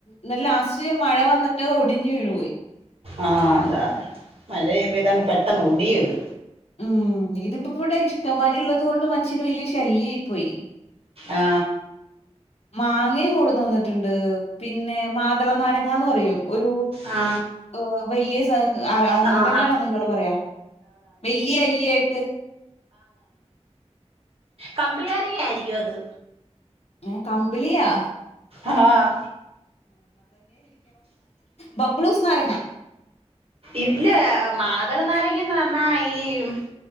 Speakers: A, on the left; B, on the right.
A: ന്നട്ട് ലാസ്റ്റ് മഴ വന്ന്ട്ട് ഒടിഞ് വീണുപോയി.
B: ആഹ് അതാ മഴെയ്യ്മ്പോ ഇതങ്ങ് പെട്ടന്ന് ഒടിയുത്.
A: മ് ഇതിപ്പോ ഇവടെ ഇഷ്ടമാരിള്ളതോണ്ട് മനുഷ്യന് വല്ല്യേ ശല്യായി പോയി
B: ആ
A: മാങ്ങയും കൂടന്ന് വന്ന്ട്ട്ണ്ട് പിന്നെ മാതളനാരങ്ങാന്ന് പറയും ഒരു
B: ആ
A: ഏ വല്ല്യൊരു സാ അങ്ങനെ
B: ആ ആ
A: തന്നെയാണോ നിങ്ങള് പറയാ വല്ല്യേ അല്ലിയായിട്ട്
B: കമ്പിളിയാരങ്ങയായിരിക്കും അത്
A: ഏ കമ്പിളിയാ
B: ആഹ്
A: ബബ്ളൂസ് നാരങ്ങ
B: ഇല്ല മാതള നാരങ്ങാന്ന് പറഞ്ഞാ ഈമ്